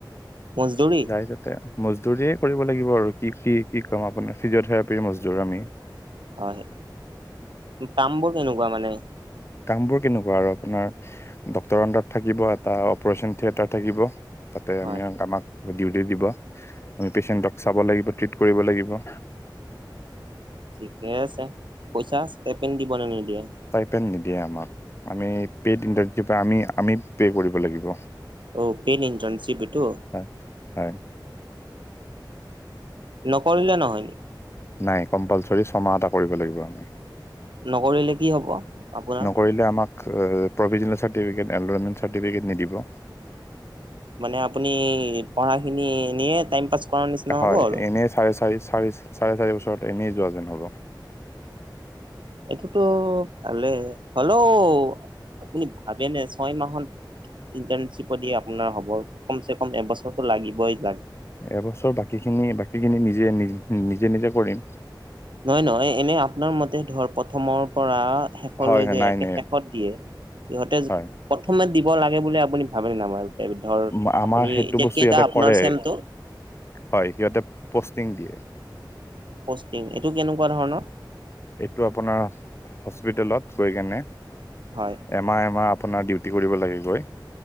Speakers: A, on the right; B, on the left.
A: মজদুৰি।
B: তাতে মজদুৰিয়ে কৰিব লাগিব আৰু কি কি কি ক'ম আপোনাৰ ফিজিঅথেৰাপিৰ মজদুৰ আমি।
A: হয় কাম বোৰ কেনেকুৱা মানে?
B: কাম বোৰ কেনেকুৱা আৰু আপোনাৰ ডক্টৰ আনদাৰত থাকিব এটা অপাৰেচন থিয়েতাৰ থাকিব। তাতে
A: হয়
B: আমি আমাক ডিউটি দিব আমি পেচেণ্টক চাব লাগিব ট্ৰিট কৰিব লাগিব।
A: ঠিকে আছে পইচা কেপেন দিব ‍নে নিদিয়ে?
B: পেন নিদিয়ে আমাক আমি পে'ট ইণ্ডাষ্ট্ৰীৰ পৰা আমি আমি পে' কৰিব লাগিব।
A: অ পেইড ইণ্টাৰ্ণশ্বিপ এইটো।
B: হয় হয়।
A: নকৰিলে নহয়।
B: নাই কম্পালচৰি ছমাহ এটা কৰিব লাগিব আমি।
A: নকৰিলে কি হ'ব আপোনাৰ?
B: কৰিলে আমাক প্ৰভিজনেল চাৰ্টিফিকেট এনৰলমেণ্ট চাৰ্টিফিকেট নিদিব।
A: মানে আপুনি পঢ়াখিনি এনেয়ে টাইম পাছ কৰাৰ নিচিনা
B: হয়
A: হ'ব আৰু
B: এনেই চাৰে চাৰি চাৰি চাৰে চাৰি বছৰত এনেই যোৱা যেন হ'ব।
A: এইটোতো ভালে হলেও আপুনি ভাবেনে ছয় মাহত ইণ্টাৰ্ণশ্বিপত দি আপোনাৰ হ'ব কমচে কম এবছৰটো লাগিবই যাক
B: এবছৰ বাকী খিনি বাকী খিনি নিজে নি নিজে নিজে কৰিম।
A: নহয় নহয় এনেই আপোনাৰ মতে ধৰ প্ৰথমৰ পৰা শেষলৈ
B: হয় হয়
A: যে
B: নাই
A: একে
B: নাই
A: শেষত দিয়ে সিহঁতে
B: হয়
A: প্ৰথমে দিব লাগে বুলি আপুনি ভাবে নাই বাৰু ধৰ
B: ম- আমাৰ
A: আপুনি
B: সেইটো
A: এতিয়া
B: বস্তু
A: কেইটা
B: ইয়াতে
A: আপোনাৰ
B: কৰে
A: চেমটো?
B: হয় সিহঁতে পষ্টিং দিয়ে।
A: পষ্টিং, এইটো কেনেকুৱা ধৰণৰ?
B: এইটো আপোনাৰ হস্পিটেলত গৈ কেনে।
A: হয়।
B: এমাহ এমাহ আপোনাৰ ডিউটি কৰিব লাগিবই।